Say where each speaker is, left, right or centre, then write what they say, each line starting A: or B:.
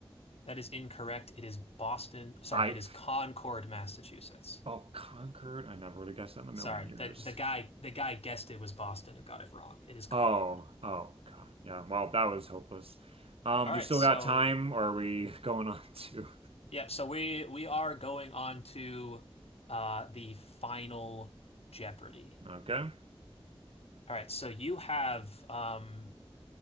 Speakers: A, on the left; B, on the right.
A: That is incorrect. It is Boston. Sorry,
B: I
A: it is Concord, Massachusetts.
B: oh, Concord. I never would have guessed that in a
A: Sorry,
B: million years.
A: the the guy the guy guessed it was Boston and got it wrong. It is Concord.
B: Oh, oh God. Yeah. Well, that was hopeless. Um,
A: All
B: do
A: right,
B: you still
A: so
B: got time or are we <laughs> going on to?
A: yep, so we we are going on to uh the final Jeopardy.
B: Okay.
A: All right, so you have um